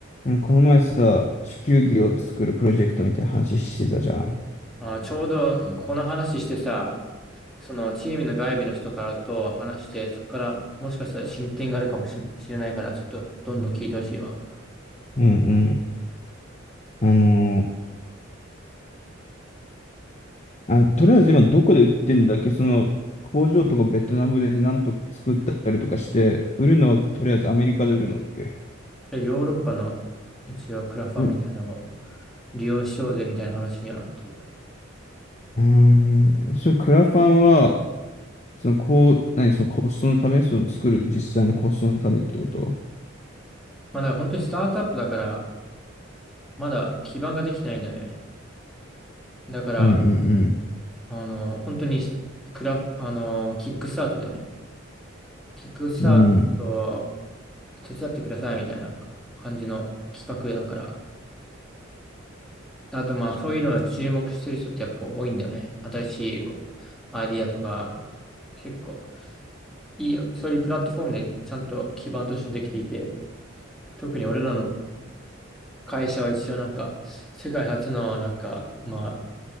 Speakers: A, on the left; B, in the centre.
A: うんこの前さ、地球儀を作るプロジェクトみたいな話してたじゃん。
B: あ、ちょうどこの話してさ、そのチームの外部の人からと話して、そこからもしかしたら進展があるかもししれないから、ちょっとどんどん聞いてほしいわ。
A: うんうん。あのーあ、とりあえず今どこで売ってんだっけその工場とかベトナムでなんと作ったりとかして、売るのはとりあえずアメリカで売るのだっけ
B: でヨーロッパの一応クラファンみたいなのを
A: うん。う
B: 利用しようぜみたいな話にはなってる。
A: ーんそれクラファンは、そのこう、何、そのコストのため、その作る実際のコストのためってこと
B: まあだから本当にスタートアップだから、まだ基盤ができてないんだよね。だから、
A: うんうん
B: あの、本当にクラ、あの、キックスタートだよね。キックスタートを
A: うん。うん。
B: 手伝ってくださいみたいな感じの企画だから。あとまあそういうのを注目してる人ってやっぱ多いんだよね。新しいこうアイディアとか、結構いいよ、そういうプラットフォームでちゃんと基盤としてできていて、特に俺らの会社は一応なんか、世界初のなんか、まあ、